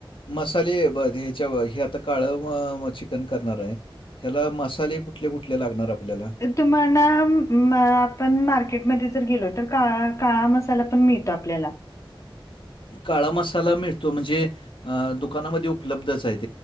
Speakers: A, on the left; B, on the left.
A: मसाले बघ हे ह्याच्या हे आता काळं म चिकन करणार आहे. ह्याला मसाले कुठले कुठले लागणार आपल्याला.
B: तुम्हाला मा आपण मार्केटमध्ये जर गेलो तर काळा काळा मसाला पण मिळतो आपल्याला.
A: काळा मसाला मिळतो म्हणजे अ दुकानामध्ये उपलब्धच आहेत.